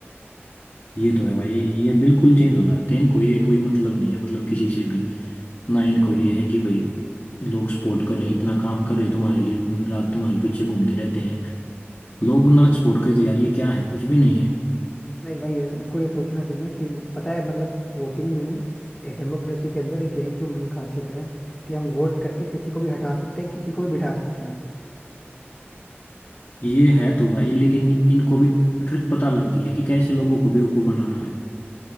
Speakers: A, on the left; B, on the left.
A: ये तो है भाई ये बिल्कुल चेंज हो जाते हैं इनको ये कोई मतलब नहीं है मतलब किसी से भी ना इनको ये है कि भाई लोग सपोर्ट कर रहे हैं इतना काम कर रहे हैं तुम्हारे लिए दिन रात तुम्हारे पीछे घूमते रहते हैं लोग ना स्पोर्ट क्रेज यार ये क्या है कुछ भी नहीं है
B: भाई भाई ये- इनको ये सोचना चाहिए ना कि पता है मतलब वोटिंग में एक डेमोक्रेसी के अंदर एक यही जो मेन खासियत है कि हम वोट करके किसी को भी हटा सकते हैं किसी को भी बिठा सकते हैं
A: ये है तो भाई लेकिन इनको भी ट्रिक पता लग गई है कि कैसे लोगों को बेवकूफ बनाना है